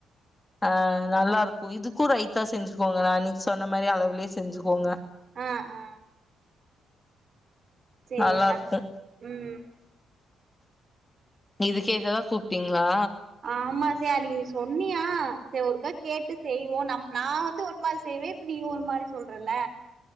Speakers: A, on the left; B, on the right.
A: ஆ நல்லா இருக்கு இதுக்கு ரைத்தா செஞ்சிக்கோங்க நா அன்னக்கி சொன்ன மாரி அளவுலயே செஞ்சிக்கோங்க
B: ஆ ஆ சேர்டா
A: நல்லாருக்கு
B: ம்
A: இது கேக்கதா கூப்ட்டீங்களா
B: ஆமா சேர் அன்னக்கி நீ சொன்னியா சேர் ஒருக்கா கேட்டு செய்வோ நம் நா வந்து ஒரு மாரி செய்வே நீ ஒரு மாரி சொல்றல்ல